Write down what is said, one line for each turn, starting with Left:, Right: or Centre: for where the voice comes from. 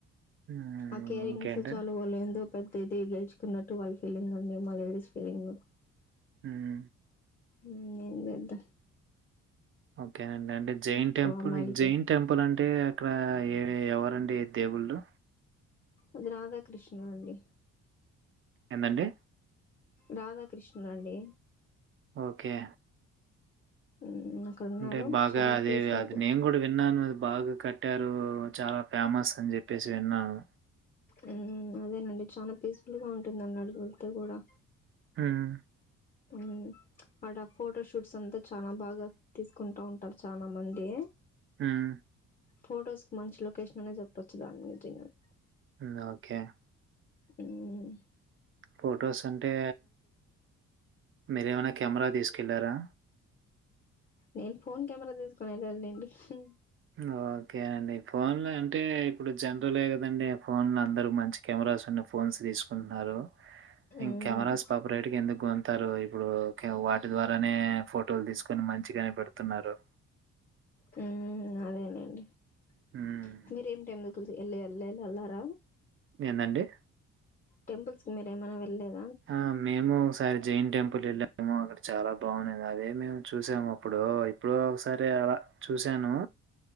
Right: హ్మ్.
Left: ఆ కేరింగ్స్
Right: ఇంకేంటి?
Left: వాళ్లు వాల్ ఎందొ పెద్ దిది గెలుచుకున్నట్టు వాళ్ళ ఫీలింగ్ అండి మా లేడీస్ ఫీలింగు
Right: హుం
Left: ఇంగేందొద్దా
Right: ఓకేనండి అంటే జైన్ టెంపుల్
Left: అమ్మాయిలకి
Right: జైన్ టెంపుల్ అంటే అక్కడ ఏ ఎవ రండి దేవుళ్ళు
Left: అది రాధాకృష్ణ అండి
Right: ఎందండి
Left: రాధాకృష్ణుడు అండి
Right: ఓకే
Left: మ్మ్ అక్కడ ఉన్నారు
Right: అంటే బాగా
Left: చాలా
Right: అదే
Left: పీస్ఫుల్
Right: అది
Left: గా
Right: నేను కూడా విన్నాను బాగా కట్టా రు చాలా ఫేమస్ అని చెప్పేసి విన్నాను
Left: మ్మ్ హ్మ్ అదేనండి చాలా పీస్ఫుల్ గా ఉంటుందన్నాడు బుద్దు కూడా
Right: మ్ హ్మ్
Left: మ్మ్ ఆడ ఫొటోషూట్స్ అంతా చానా బాగా తీసుకుంటా ఉంటారు చానా మంది.
Right: హ్మ్మ్
Left: ఫొటోస్ కి మంచి లొకేషన్ అనే చెప్పొచ్చు దాని గురించి ఇంగ మ్
Right: హ్మ్ ఓకే
Left: హ్మ్మ్
Right: ఫొటోస్ అంటే మీరేమన్న కెమెరా తీస్ క్కెలారా
Left: నేను ఫోన్ కెమెరా తీసుకునే వెళ్లాను లేండి. హ్మ్
Right: హ్మ్ ఓకే అండి ఫోన్లు అంటే ఇప్పుడు జనరలే కద్ దండి. ఆ ఫోన్ లో అందరు మంచి కెమెరాస్ ఉన్న ఫోన్స్ తీసుకుంటున్నారు.
Left: మ్మ్.
Right: ఇంకెమెరాస్ పాప్ రైటింగ్ ఎందుకు అం త్తరు ఇప్పుడు క్కేవ్ వాటి ద్వారానే ఫోటోలు తీసుకొని, మంచిగాన్ పెడుతున్నారు.
Left: హ్మ్ అదేనండి
Right: హ్మ్.
Left: ప్చ్ మీరేంటేందుక్లు దీ ఇల్ లేల్లే లెల్లార
Right: ఎందండి
Left: టెంపుల్స్ కి మీరేమన్న వెళ్లేద
Right: ఆ మేము ఒకసారి జైన్ టెంపుల్ వెళ్ళ ఏమో అక్కడ చాలా బాగున్నింది అదే మేము చూసాము అప్పుడు ఇప్పుడు ఒకసారి అలా చూశాను.